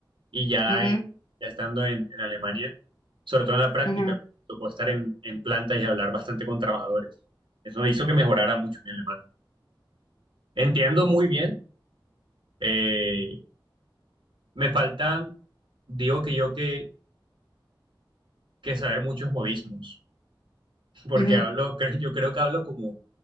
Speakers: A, on the right; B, on the left.
A: y ya,
B: Ujú,
A: en- ya estando en, en Alemania, sobre todo en la práctica,
B: ujú,
A: me tocó estar en, en planta y hablar bastante con trabajadores. Eso hizo que mejorara mucho mi alemán. Entiendo muy bien. eh, me faltan, digo que yo que, que saber muchos modismos, <laughs> porque
B: ujú.
A: hablo, creo- yo creo que hablo como